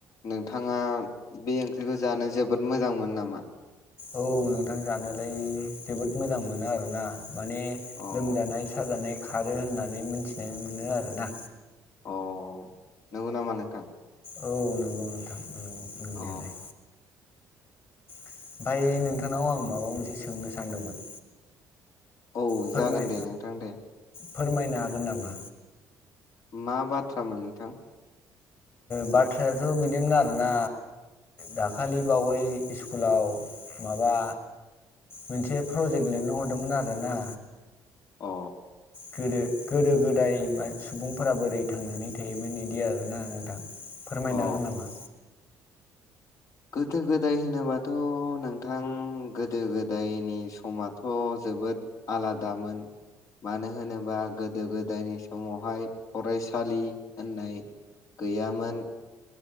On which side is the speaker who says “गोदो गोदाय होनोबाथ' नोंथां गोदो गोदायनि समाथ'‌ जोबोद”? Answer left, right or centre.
Left